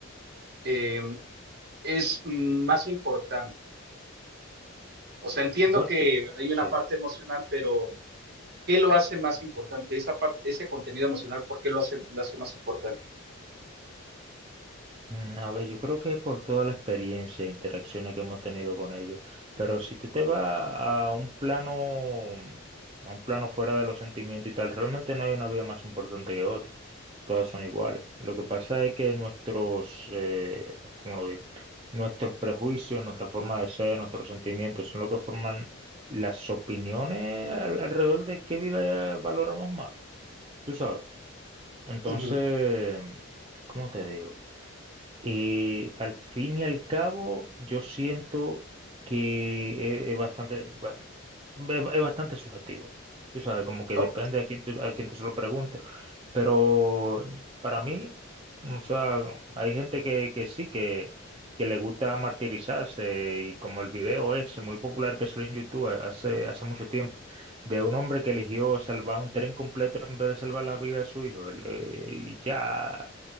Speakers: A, on the right (about 50°); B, on the right (about 25°).
A: eh, es más importante? O sea, entiendo
B: Bueno,
A: que hay
B: sí.
A: una parte emocional, pero ¿qué lo hace más importante? Esa parte, ese contenido emocional, ¿por qué lo hace, lo hace más importante?
B: Mm, A ver, yo creo que por toda la experiencia e interacciones que hemos tenido con ellos, pero si tú te vas a un plano, a un plano fuera de los sentimientos y tal, realmente no hay una vida más importante que otra. Todas son iguales. Lo que pasa es que nuestros, eh, ¿cómo lo digo? Nuestros prejuicios, nuestra forma de ser, nuestros sentimientos son lo que forman las opiniones al- alrededor de qué vida valoramos más. Tú sabes. Entonces,
A: Uh -huh.
B: ¿cómo te digo? Eh, al fin y al cabo, yo siento que es, es bastante, bueno, es, es bastante subjetivo. Tú sabes, como que
A: Oh,
B: depende a quién tú, a quién tú se lo preguntes. Pero para mí, o sea, hay gente que, que sí, que, que le gusta martirizarse y como el video ese muy popular que salió en YouTube hace, hace mucho tiempo, de un hombre que eligió salvar un tren completo en vez de salvar la vida de su hijo. el- eh, Y ya.